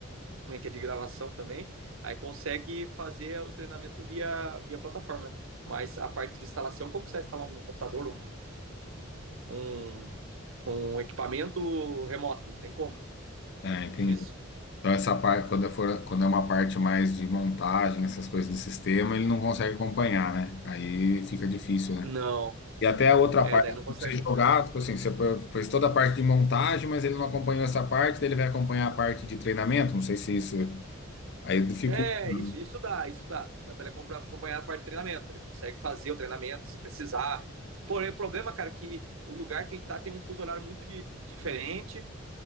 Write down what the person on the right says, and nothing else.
né, que é de gravação também, aí consegue fazer o treinamento via, via plataforma. né? Mas a parte de instalação, como que você vai instalar um computador, um, um, um equipamento remoto? Não tem como, né?
Difícil.
Não.
É,
daí não consegue
acompanhar.
É,
isso, isso dá, isso dá. Dá pra ele acompa- acompanhar a parte de treinamento. Ele consegue fazer o treinamento se precisar. Porém, o problema, cara, é que o lugar que ele tá tem um fuso horário muito de- diferente.